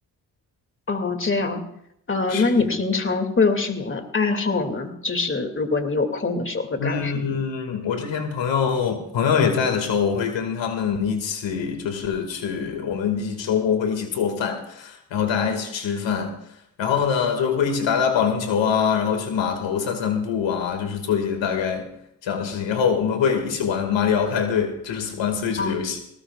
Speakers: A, on the left; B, on the left.
A: 哦，这样，呃，
B: 是
A: 那你平常会有什么爱好呢？就是如果你有空的时候会干什么呢？
B: 嗯，我之前朋友朋友也在的时候，我会跟他们一起，就是去我们一起周末会一起做饭，然后大家一起吃饭，然后呢就会一起打打保龄球啊，然后去码头散散步啊，就是做一些大概这样的事情，然后我们会一起玩马里奥派对，就是玩 Switch
A: 啊，
B: 的游戏。